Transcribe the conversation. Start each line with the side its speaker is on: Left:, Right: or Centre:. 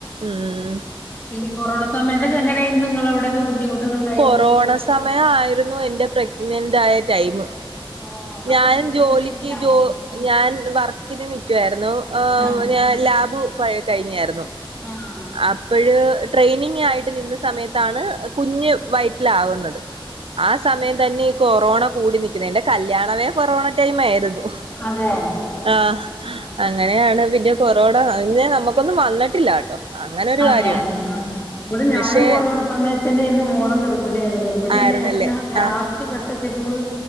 Right: ഉം
Left: പിന്നെ കൊറോണ സമയത്ത് ഒക്കെ എങ്ങനെ ആയിരുന്നു നിങ്ങള് അവിടെ. ബുദ്ധിമുട്ടുണ്ടായി.
Right: കൊറോണ സമയം ആയിരുന്നു എന്റെ പ്രെഗ്നന്റ് ആയ ടൈം.
Left: ഓഹ് ആ
Right: ഞാനും
Left: സമയത്ത്
Right: ജോലിക്ക്
Left: തന്നെയായിരുന്നു ഞാനും
Right: ജോ ഞാൻ വർക്കിന് നിൽക്കുവായിരുന്നു ഏഹ്
Left: ആഹ്
Right: ഞാൻ ലാബ് പോയി കഴിഞ്ഞായിരുന്നു.
Left: ആഹ്
Right: അപ്പോഴ് ട്രെയിനിങ് ആയിട്ട് നിന്ന് സമയത്താണ് കുഞ്ഞ് വയറ്റില് ആകുന്നത്. ആഹ് സമയം തന്നെ കൊറോണ കൂടി നിൽക്കുന്നതിന്റെ എന്റെ കല്യാണമേ കൊറോണ ടൈം ആയിരുന്നു.
Left: അതെ
Right: ആഹ്
Left: ആഹ്
Right: അങ്ങനെയാണ് പിന്നെ. കൊറോണ പിന്നെ നമുക്കൊന്നും വന്നിട്ടില്ല കേട്ടോ. അങ്ങനെ ഒരു
Left: അതെ
Right: കാര്യമുണ്ട്
Left: അതെ ആഹ്. ഇവിടെ ഞാനും
Right: പക്ഷെ
Left: കൊറോണ സമയത്ത് തന്നെ ഇന്ന് മോളെ ഗർഭിണിയായിരുന്നു ഗർഭിണി
Right: ആയിരുന്നല്ലേ
Left: അല്ലേ ഞാൻ, ഞാൻ രാ
Right: ആഹ്
Left: ഒരു ഘട്ടം എത്തിയപ്പോൾ നമ്മള്